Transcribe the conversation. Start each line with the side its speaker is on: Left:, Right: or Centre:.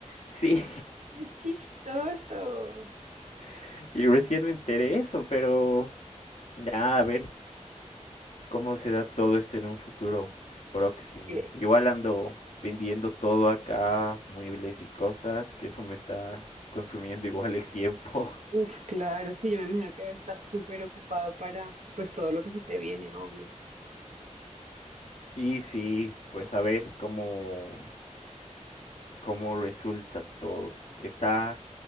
Left: Sí,
Right: ¡Qué chistoso!
Left: <laughs> y recién me enteré de eso, pero nada, a ver cómo se da todo esto en un futuro próximo.
Right: Eh,
Left: Igual ando vendiendo todo acá, muebles y cosas, que eso me está consumiendo igual el tiempo. <laughs>
Right: uf, claro, sí, yo me imagino que debe estar súper ocupado para, pues, todo lo que se te viene, obvio.
Left: Y sí, pues a ver cómo cómo resulta todo. Está,